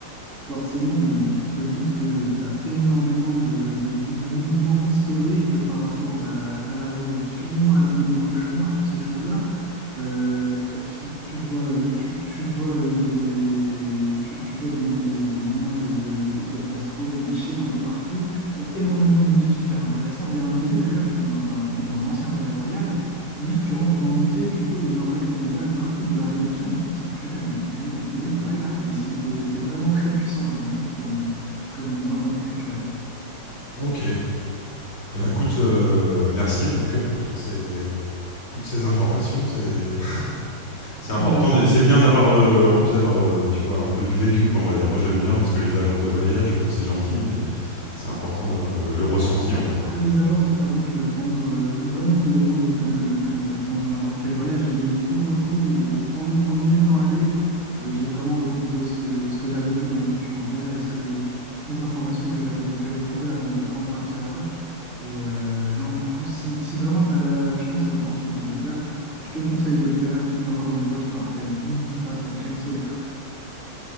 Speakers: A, on the right (about 35°); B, on the left (about 85°).
A: Forcément, euh, tu te doutes que tu as énormément de, de- de monuments historiques par rapport bah, à la Révolution, à l'abbé des cochons, à toutes ces choses-là. Euh, f- f- tu vois, euh, tu, tu vois, euh, des, tu, tu vois des, des- des images de, de Fidel Castro et du Che un peu partout. Il y a énormément de musées super intéressants. Il y a un musée d'ailleurs qui est dans un, qui est dans un ancien palais royal ou juste tu rentres dans le musée, tu vois les impacts de balles partout de la Révolution et tu te dis purée, mais il y a eu, il y a eu de la bagarre quoi ici. C'est, c'est vraiment très puissant comme je trouve comme, euh, comme d'un point de vue culturel.
B: Ok. Eh ben écoute, euh, merci en tout cas pour toutes ces toutes ces informations. C'est C'est
A: Ah
B: important,
A: bah
B: de- c'est bien d'avoir, euh, en plus d'avoir, euh, tu vois, un peu du vécu, quoi, on va dire. Moi, j'aime bien, parce que les agences de voyage, euh, c'est gentil, mais c'est important d'avoir le, le ressenti, en fait.
A: ah, les agences vont vraiment te le vendre, euh, vont vraiment te le vendre comme, euh, comme ils savent vendre n'importe quel voyage. Mais pour le coup, et, euh, en, en y étant allé, euh, j'ai vraiment retrouvé ce, ce que j'avais vu dans les documentaires et ce que je, les informations que j'avais que j'avais trouvées avant de, avant de partir là-bas. Et euh, non, du coup, si, si vraiment tu as la, la chance et l'opportunité de le faire, je te conseille de le faire. Mais encore une fois, je te rappelle, n'oublie pas ta crème solaire.